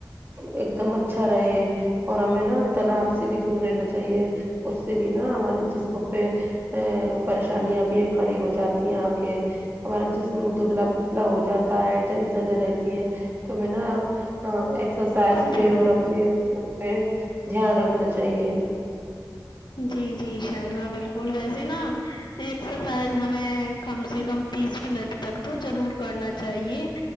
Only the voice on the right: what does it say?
ایک دم اچھا رہے اور ہمیں ناں تناؤ سے بھی دور رہنا چاہیے اس سے بھی ناں ہمارے جسم پہ آ پریشانیاں بھی کھڑی ہوجاتی ہیں آ کے ہمارا جسم دبلا پتلا ہوجاتا ہے ٹینشن رہتی ہیں تو میں ناں ایکسرسائز
سے
اور اپنے
پہ دھیان رکھنا چاہیے